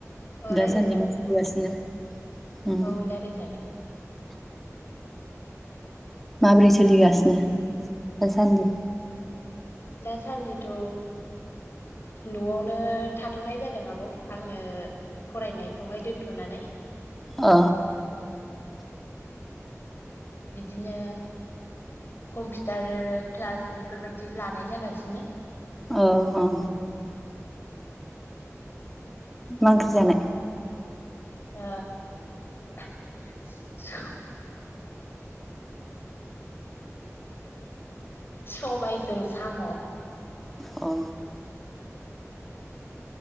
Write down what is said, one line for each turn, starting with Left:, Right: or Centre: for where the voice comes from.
Left: अ रायलायजागोन
Centre: दासानदि मा सोलिगासिनो
Left: आब'
Centre: उम
Left: औ रायज्लायजागोन।
Centre: माबोरै सोलिगासिनो दासान्दि।
Left: दासान्दिथ' न'आवनो थाथ'नाय जादों आब' आङो फरायनायखौहाय दोनथ'नानै
Centre: ओ
Left: बिदिनो कम्पिटार क्लास बेफोरबायदि लानाय जागासिनो
Centre: ओ अ' मा ओंख्रि जानाय
Left: ओ <unintelligible> सबायजों साम'
Centre: अ'